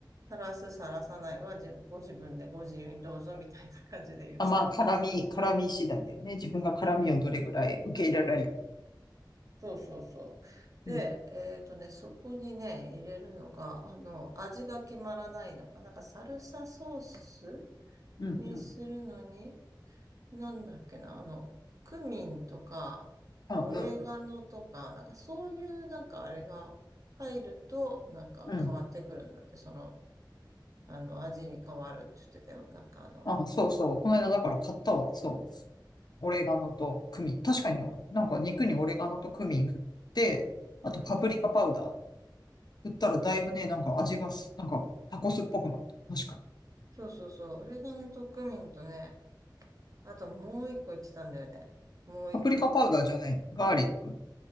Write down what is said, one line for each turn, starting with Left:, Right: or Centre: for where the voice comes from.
Right: さらす、さらさないは自分、ご自分でご自由にどうぞみたいな感じで言ってたけど。
Left: あ、まあ、絡み、絡み次第だよね。自分が絡みをどれぐらい受け入れられる。
Right: そうそうそう。で、
Left: うん、
Right: えっとね、そこにね、入れるのが、あの、味が決まらないのが、なんかサルサソース
Left: うん、
Right: にするのに、
Left: うん。
Right: なんだっけな、あの、クミンとか、
Left: あ、
Right: オレガノとか、
Left: うん、
Right: なんかそういうなんかあれが入ると、なんか変わってくるんだって、
Left: うん。
Right: その、あの、味に変わるって言ってたよ。なんかあの、
Left: あ、そうそう。この間だから買ったわ。そう。オレガノとクミン。確かにね、なんか肉にオレガノとクミン振って、あとパプリカパウダ
Right: うん、うん。
Left: ー振ったらだいぶね、なんか味がす、なんかタコスっぽくなった。確かに。
Right: そうそうそう、オレガノとクミンとね、あともう一個言ってたんだよね。もう一個。
Left: パプリカパウダーじゃないの。ガーリック。